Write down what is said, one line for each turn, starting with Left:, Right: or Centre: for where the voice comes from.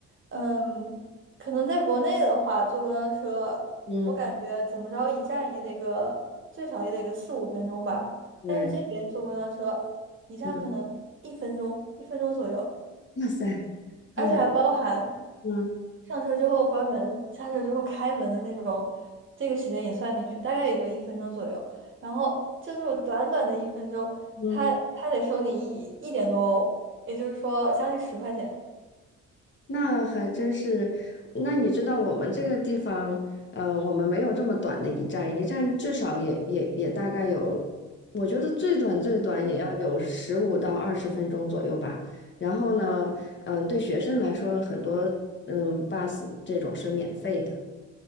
Right: 嗯，可能在国内的话，坐公交车，
Left: 嗯，
Right: 我感觉怎么着一站也得个最少也得个四五分钟吧，
Left: 对，
Right: 但是这边坐公交车，一站可能一分钟，
Left: 嗯，
Right: 一分钟左右，
Left: 哇塞，
Right: 而且还包含
Left: 啊，嗯
Right: 上车之后关门，下车之后开门的那种，这个时间也算进去，大概也就一分钟左右，然后就这么短短的一分钟，
Left: 嗯，
Right: 他他得收你一一点多欧，也就是说将近十块钱。
Left: 那还真是。那你知道我们这个地方，呃，我们没有这么短的一站，一站至少也也也大概有，我觉得最短最短也要有十五到二十分钟左右吧。
Right: 嗯
Left: 然后呢，嗯，对学生来说，很多嗯 bus 这种是免费的，